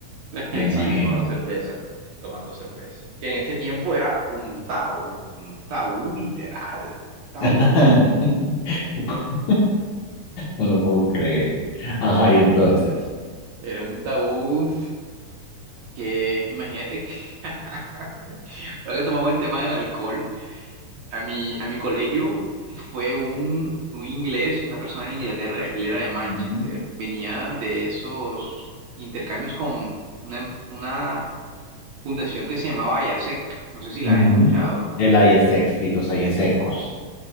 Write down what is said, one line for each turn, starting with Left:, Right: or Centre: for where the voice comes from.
Right: <laughs>
Left: me imagino.
Right: Sí, tomando cerveza, tomando cerveza. Que en ese tiempo era un tabú, un tabú literal, tabú.
Left: <laughs> No lo puedo creer. Ajá, y entonces.
Right: Era un tabú Que imagínate que, <laughs> ahora que tomamos el tema del alcohol, a mi, a mi colegio fue un, un inglés, una persona de Inglaterra, él era de Manchester,
Left: Ujú,
Right: venía de esos intercambios con una, una fundación que se llamaba Ayasec, no sé si la
Left: ujú.
Right: has escuchado.
Left: El aire sexy, los aires
Right: Sí.
Left: secos.